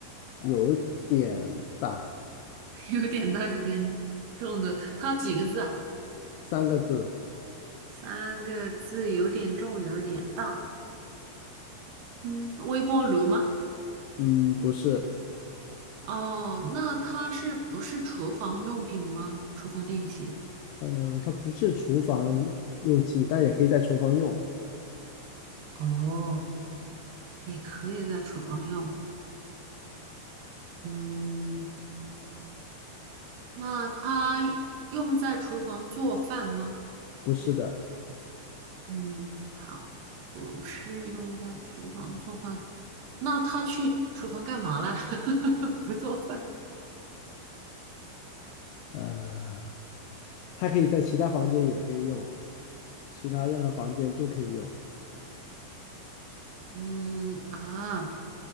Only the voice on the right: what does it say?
有点大，有点重的。它几个字啊？
三个字，有点重，有点大。嗯，微波炉吗？
哦，那它是不是厨房用品吗？厨房电器。
哦，也可以在厨房用。嗯，那它用在厨房做饭吗？
嗯，好，不是用在厨房做饭。那他去厨房干嘛了？<laughs> 不做饭。
嗯啊，